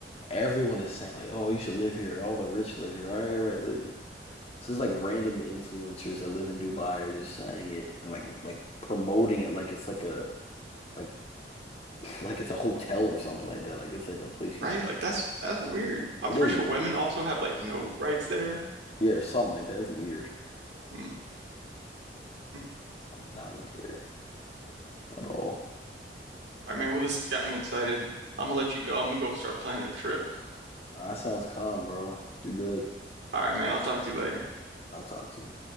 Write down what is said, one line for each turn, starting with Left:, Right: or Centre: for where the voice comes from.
Left: everyone is saying like, oh, you should live here. All the rich live here. All right, right, live here. This is like random influencers that live in Dubai are just saying it and like like promoting it like it's like a like <laughs> like it's a hotel or something like that. Like it's like a place you
Right: Right?
Left: should.
Right: Like that's that's weird. I'm
Left: It
Right: pretty
Left: is
Right: sure
Left: weird.
Right: women also have like no rights there.
Left: Yeah, something like that. It's weird.
Right: Hmm. Hmm.
Left: I'm not live there. at all.
Right: All right, man. Well, this has got me excited. I'm gonna let you go. I'm gonna go start planning a trip.
Left: Nah, that sounds calm, bro. Do good.
Right: All right, man. I'll talk to you later.
Left: I'll talk to you.